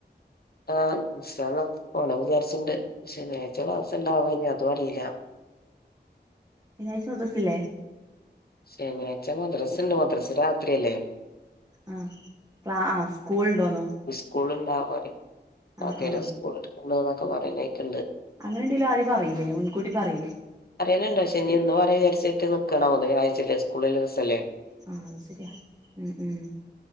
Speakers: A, on the left; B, on the right.
A: ആ ഇന്ഷാ അല്ലാഹ് പോണം വിചാരിച്ച്ണ്ട് ശനിയാഴ്ച ക്ലാസ്സ്‌ണ്ടാവോ ഇനി അതും അറില്ല
B: ശനിയാഴ്ച മദ്രസില്ലേ
A: ശനിയാഴ്ച മദ്രസ്ണ്ട് മദ്രസ് രാത്രിയല്ലേ
B: ആ ക്ലാ ആ സ്കൂൾ ഉണ്ടോന്നോ
A: സ്കൂൾ ഉണ്ടാവറിയും <unintelligible>
B: ആ ആ
A: സ്കൂൾ ഇട്ക്ക്ണ്ട് എന്നൊക്കെ പറയ്ണേക്ക്ണ്ട്
B: അങ്ങനെണ്ടേല് ആദ്യം പറീലേ മുൻകൂട്ടി പറീലേ
A: <unintelligible> പക്ഷെ ന്ന് പറയ വിചാരിച്ചിട്ട് നിക്കാണോ <unintelligible> സ്കൂള്ള്ള ദിവസല്ലേ
B: ആ അത് ശെരിയാ ഉം ഉം